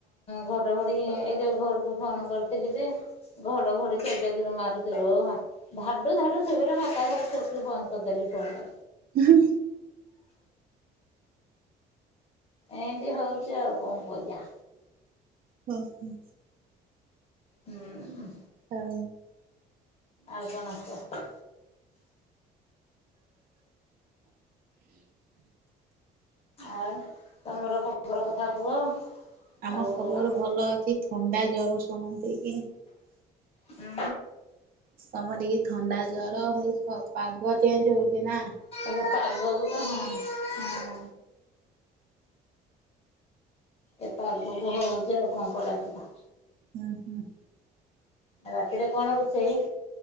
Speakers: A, on the left; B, on the right.
A: ଘଡ ଘଡି ଏ ଯଉ ଘରକୁ ଫୋନ୍ କରିଥିଲି ଯେ, ଘଡ ଘଡି କେଡେ ଜୋର୍ ମରୁଚି ଲୋ ମା। ଧାଡୁ ଧାଡୁ ଶୁଭିଲା ମୁଁ ଏକାଥରେ ଚୁପ କି ବନ୍ଦ କରିଦେଲି ଫୋନ ଟା।
B: ହଁ।
A: ଏମିତି ହଉଛି। ଆଉ କଣ କରିଆ?
B: ହଁ ହଁ।
A: ହୁଁ।
B: ହଉ।
A: ଆଉ କଣ କଅ? ଆଉ ତମର ଖବର କଥା କୁହ?
B: ଆମ
A: ଆଉ
B: ଖବର
A: ଆମ
B: ଭଲ ଅଛି। ଥଣ୍ଡା ଜର ସମସ୍ଥିକି।
A: ଉଁ
B: ସମିତିକି ଥଣ୍ଡା ଜର ହେଇଥିବ। ପାଗ ଚେଞ୍ଜ ହଉଛି ନା।
A: ଏବେ ପାଗ କୁ ତ ହଁ ହଁ। ଏ ପାଗକୁ ହୋଉଛି ଆଉ କଣ କରାଯିବ?
B: ହୁଁ ହୁଁ।
A: ଆଉ ରାତିରେ କଣ ରୋଷେଇ?